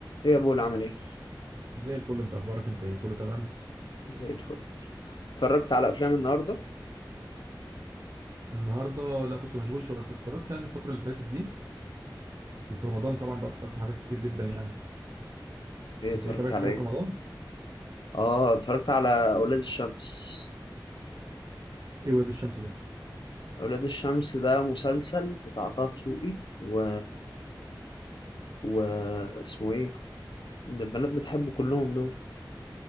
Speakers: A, on the left; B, on the right.
A: ايه يا بول عامل ايه
B: زي الفل انت اخبارك انت ايه كله تمام
A: زي الفل اتفرجت على افلام النهارده
B: النهارده لا كنت مشغول شويه بس اتفرجت يعني الفتره اللي فاتت دي وفي رمضان طبعا بقى اتفرجت حاجات كتير جدا يعني
A: ايه اتفرجت
B: انت ايه تابعت
A: على
B: حاجه
A: ايه
B: في رمضان
A: اه اتفرجت على اولاد الشمس
B: ايه ولاد الشمس ده
A: اولاد الشمس ده مسلسل بتاع طه دسوقي و... و اسمه ايه اللي البنات بتحبه كلهم دول